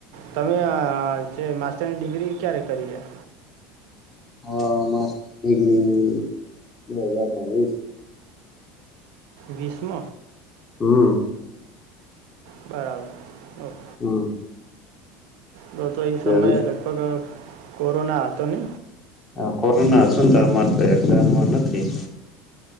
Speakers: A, on the right; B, on the left.
A: તમે આ આ જે માસ્ટરની ડિગ્રી ક્યારે કરીએ.
B: હા, માસ્ટર ડિગ્રી બે હજાર ને વીસ
A: વીસ મ
B: હમ્મ
A: બરાબર, ઓક
B: હમ્મ
A: તો તો એ સમયે
B: વીસ
A: લગભગ કોરોના હતો ને
B: હ, કોરોના અતો ને ત અમારે ત એક્ઝામમો નથી.